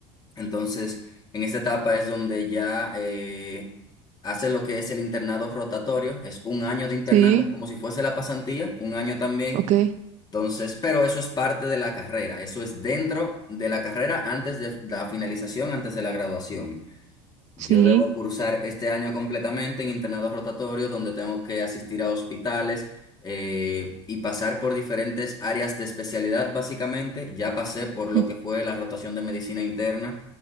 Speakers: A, on the left; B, on the right.
A: Entonces, en esta etapa es donde ya eh, hace lo que es el internado rotatorio, es un año de internado,
B: sí,
A: como si fuese la pasantía, un año también.
B: ok,
A: Entonces, pero eso es parte de la carrera, eso es dentro de la carrera antes de la finalización, antes de la graduación. Yo
B: sí,
A: debo cursar este año completamente en internado rotatorio, donde tengo que asistir a hospitales eh, y pasar por diferentes áreas de especialidad, básicamente. Ya pasé por lo
B: mm,
A: que fue la rotación de medicina interna,